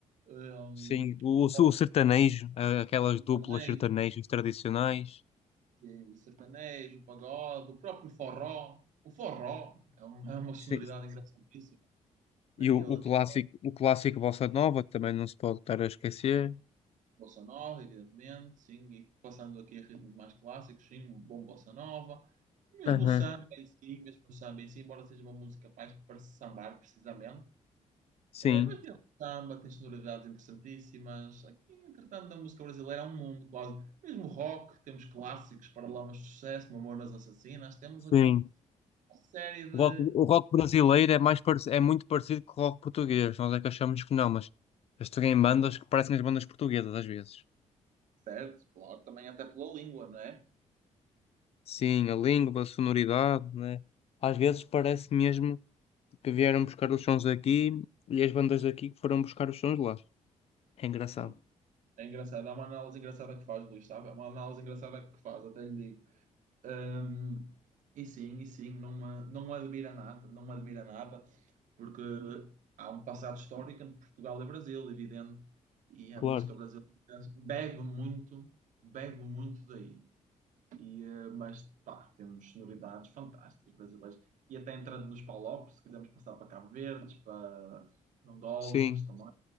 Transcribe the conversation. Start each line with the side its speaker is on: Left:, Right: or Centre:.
Right: um,
Left: Sim. O,
Right: um
Left: o
Right: bom
Left: sertanejo, a- aquelas duplas
Right: sertanejo,
Left: sertanejos tradicionais.
Right: sim, sertanejo, pagode, o próprio forró. O forró é, um- é uma sonoridade
Left: Sim.
Right: engraçadíssima. Daquele
Left: E o, o clássico,
Right: que é
Left: o clássico Bossa Nova também não se pode estar a esquecer.
Right: bossa nova, evidentemente, sim, e passando aqui a ritmos mais clássicos, sim, um bom bossa nova. Mesmo
Left: Uhum.
Right: o samba em si, mesmo o samba em si, embora seja uma música mais para sambar, precisamente
Left: Sim.
Right: Eh, mas tem um samba, tem sonoridades interessantíssimas. Aqui, entretanto, da música brasileira há um mundo quase. Mesmo rock, temos clássicos, Paralamas de Sucesso, Mamonas Assassinas. Temos
Left: Sim.
Right: aqui uma série de...
Left: O rock, o rock brasileiro é mais parec- é muito parecido com o rock português. Nós é que achamos que não, mas eles têm bandas que parecem as bandas portuguesas às vezes.
Right: Certo, claro, também até pela língua, não é?
Left: Sim, a língua, a sonoridade, né? Às vezes parece mesmo que vieram buscar os sons aqui e as bandas daqui que foram buscar os sons lá. É engraçado.
Right: Sim. É engraçado. Há uma análise engraçada que faz, Luís, sabe? É uma análise engraçada que faz, até lhe digo. Hum, e sim, e sim, não, me- não me admira nada, não me admira nada. porque há um passado histórico entre Portugal e Brasil, evidente, e a
Left: Claro.
Right: música brasileira bebe muito, bebe muito daí. E, eh, mas pá, temos sonoridades fantásticas brasileiras. E até entrando nos palopes, se quisermos passar para Cabo Verdes, para Angolas
Left: Sim,
Right: também,